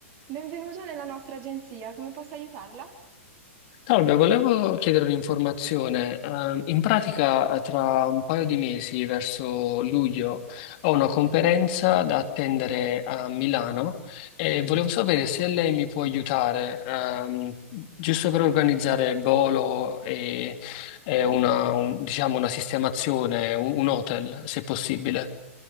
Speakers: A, on the right; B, on the left.
A: Benvenuto nella nostra agenzia, come posso aiutarla?
B: Salve, volevo chiedere un'informazione. Ehm, in pratica, eh, tra un paio di mesi, verso luglio, ho una conferenza da attendere a Milano e volevo sapere se lei mi può aiutare, ehm, giusto per organizzare il volo e, e una, un- diciamo, una sistemazione, un, un hotel, se possibile.